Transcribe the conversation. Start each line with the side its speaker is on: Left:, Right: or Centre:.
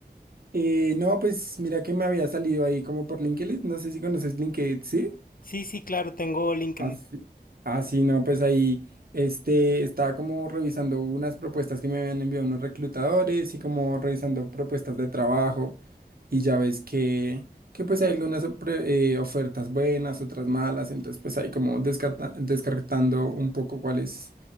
Right: Eh, no, pues mira que me había salido ahí como por LinkedIn. No sé si conoces LinkedIn, ¿sí?
Left: Sí, sí, claro, tengo LinkedIn.
Right: Ah, sí, Ah, sí, no, pues ahí este, estaba como revisando unas propuestas que me habían enviado unos reclutadores y como revisando propuestas de trabajo y ya ves que, que pues hay algunas opre- eh, ofertas buenas, otras malas, entonces pues ahí como descarta- descartando un poco cuáles